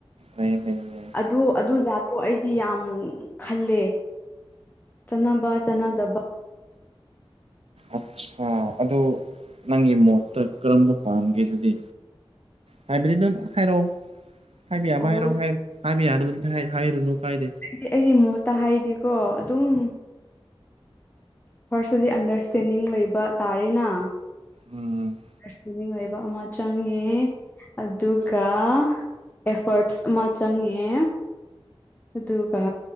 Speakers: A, on the right; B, on the left.
A: ꯂꯩ ꯂꯩ ꯂꯩ
B: ꯑꯗꯨ ꯑꯗꯨ ꯖꯥꯠꯇꯣ ꯑꯩꯗꯤ ꯌꯥꯝ ꯈꯜꯂꯦ ꯆꯅꯥꯕ ꯆꯅꯥ ꯗꯕ
A: ꯑꯆꯥ ꯑ ꯑꯗꯨ ꯅꯪꯒꯤ ꯃꯣꯠꯇ ꯀꯔꯝꯕ ꯄꯥꯝꯒꯦ ꯑꯗꯨꯗꯤ ꯍꯥꯏꯕꯗꯤ ꯅꯪ ꯍꯥꯏꯔꯛꯑꯣ ꯍꯥꯏꯕ ꯌꯥꯕ
B: ꯑꯣ
A: ꯍꯥꯏꯔꯛꯑꯣ ꯍꯥꯏ ꯍꯥꯏꯕ ꯌꯥꯕꯨꯗꯤ ꯍꯥꯏꯔꯨꯅꯨ ꯀꯥꯏꯗꯦ
B: ꯑꯩ ꯑꯩꯒꯤ ꯃꯣꯠꯇ ꯍꯥꯏꯗꯤꯀꯣ ꯑꯗꯨꯝ ꯐꯥꯔꯁꯇꯗꯤ ꯑꯟꯗꯔꯁꯇꯦꯟꯗꯤꯡ ꯂꯩꯕ ꯇꯥꯔꯦꯅ
A: ꯎꯝ
B: ꯑꯟꯗꯔꯁꯇꯦꯟꯗꯤꯡ ꯂꯩꯕ ꯑꯃ ꯆꯪꯉꯦ ꯑꯗꯨꯒ ꯑꯦꯐꯔꯠꯁ ꯑꯃ ꯆꯪꯉꯦ ꯑꯗꯨꯒ